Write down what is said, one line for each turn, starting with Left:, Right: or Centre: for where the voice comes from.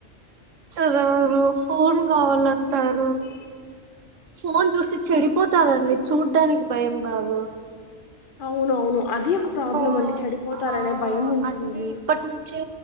Right: చదవరు ఫోన్ కావాలంటారు
Left: ఈ
Right: ఫోన్ చూసి చెడిపోతారండి చూడ్డాని భయం కాదు
Left: అవునువును అది ఒక ప్రాబ్లం
Right: సో
Left: అండి చెడిపోతారనే
Right: ఆ
Left: భయం ఉంటుంది
Right: అన్ని ఇప్పటి నుంచే